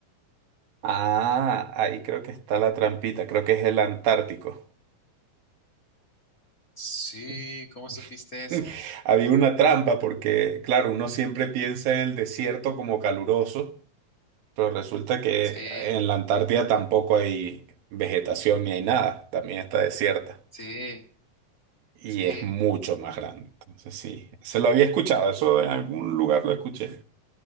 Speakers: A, on the right; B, on the left.
A: Ah, ahí creo que está la trampita. Creo que es el Antártico.
B: Sí,
A: <laughs>
B: ¿cómo supiste esa?
A: <laughs> Había una trampa porque, claro, uno siempre piensa en el desierto como caluroso, pero resulta que
B: Sí.
A: en la Antártida tampoco hay vegetación ni hay nada, también está desierta
B: Sí,
A: y
B: sí.
A: es mucho más grande. Entonces sí, se lo había escuchado, eso en algún lugar lo escuché,